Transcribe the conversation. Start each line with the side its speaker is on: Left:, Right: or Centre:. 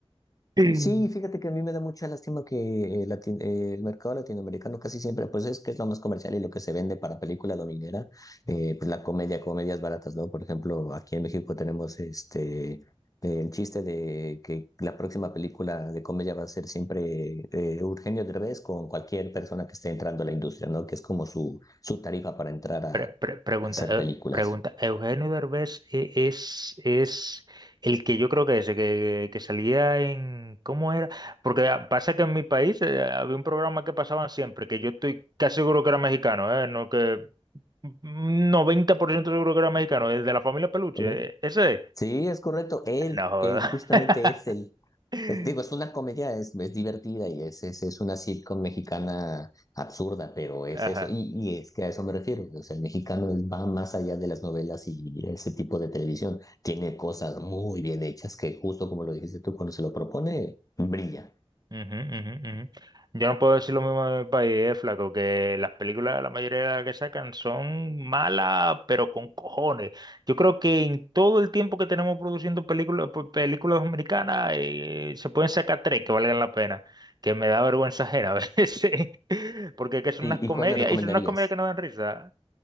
Right: <clears throat>
Left: Sí, fíjate
Right: <laughs>
Left: que a mí me da mucha lástima que eh, lati- eh, el mercado latinoamericano casi siempre, pues es que es lo más comercial y lo que se vende para película dominguera, eh, pues la comedia, comedias baratas, ¿no? Por ejemplo, aquí en México tenemos este, eh, el chiste de que la próxima película de comedia va a ser siempre eh, Eugenio Derbez con cualquier persona que esté entrando a la industria, ¿no? Que es como su, su tarifa para entrar a,
Right: Pre-
Left: a
Right: pre- pregunta,
Left: hacer
Right: eh,
Left: películas.
Right: pregunta, Eugenio Derbez eh, es, es el que yo creo que es, el que, que salía en, ¿cómo era? Porque ah, pasa que en mi país eh, había un programa que pasaban siempre, que yo estoy casi seguro que era mexicano, ¿eh? No, que un 90% seguro que era mexicano, el de la familia Peluche,
Left: Ok.
Right: ¿eh? ese es.
Left: Sí, es correcto. Él,
Right: No joda.
Left: él justamente es el,
Right: <laughs>
Left: es- digo, es una comedia, es, es divertida y es, es, es una sitcom mexicana absurda, pero es
Right: Ajá.
Left: eso. Y, y es que a eso me refiero. O sea, el mexicano va más allá de las novelas y ese tipo de televisión. Tiene cosas muy bien hechas que justo como lo dijiste tú, cuando se lo propone, brilla.
Right: Ujú, ujú, ujú. Yo no puedo decir lo mismo de mi país, eh, flaco, que las películas, la mayoría de las que sacan son malas, pero con cojones. Yo creo que en todo el tiempo que tenemos produciendo películas, pe- películas americanas, eh, se pueden sacar tres que valgan la pena, que me da vergüenza ajena a veces, <laughs> porque es que son
Left: ¿Y,
Right: unas comedias
Left: y cuál me recomendarías?
Right: y son unas comedias que no dan risa.